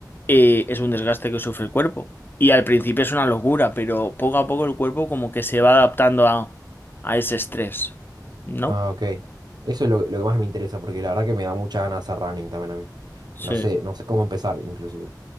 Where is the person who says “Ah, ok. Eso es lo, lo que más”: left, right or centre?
Right